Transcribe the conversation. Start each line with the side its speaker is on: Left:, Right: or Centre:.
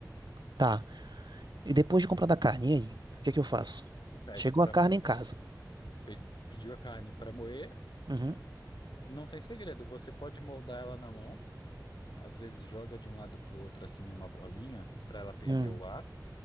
Right: Tá. E depois de comprar da carne, e aí? O que é que eu faço?
Left: Tu pede
Right: Chegou
Left: pra
Right: a carne
Left: moer,
Right: em casa.
Left: pe- pediu a carne pra moer,
Right: Uhum.
Left: não tem segredo, você pode moldar ela na mão, às vezes joga de um lado pro outro assim numa bolinha pra ela perder
Right: Hum.
Left: o ar,